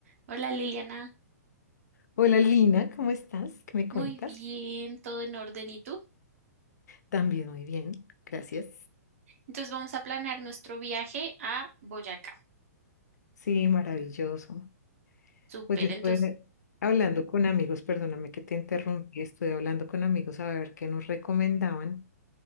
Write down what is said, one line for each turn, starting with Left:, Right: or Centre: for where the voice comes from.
Right: Hola Liliana,
Left: Hola Lina, ¿cómo estás? ¿Qué me cuentas?
Right: muy bien, todo en orden. ¿Y tú?
Left: También muy bien, gracias.
Right: Entonces vamos a planear nuestro viaje a Boyacá.
Left: Sí, maravilloso.
Right: Súper,
Left: Pues yo estuve
Right: entonces,
Left: hablando con amigos, perdóname que te interrumpí,
Right: ¿Mm?
Left: estuve hablando con amigos a ver qué nos recomendaban